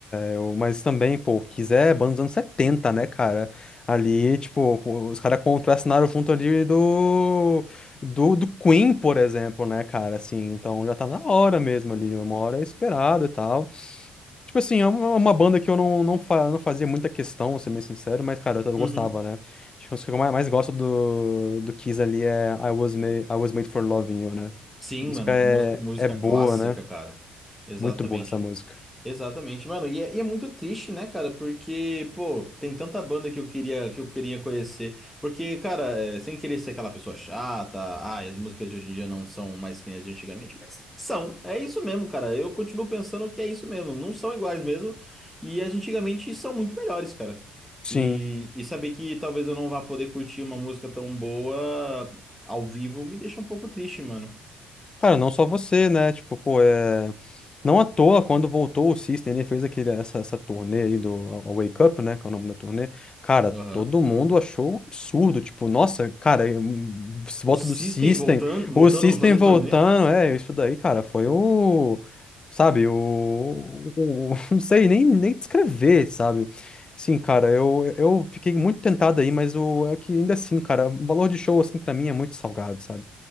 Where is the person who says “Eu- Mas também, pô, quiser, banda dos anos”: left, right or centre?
Left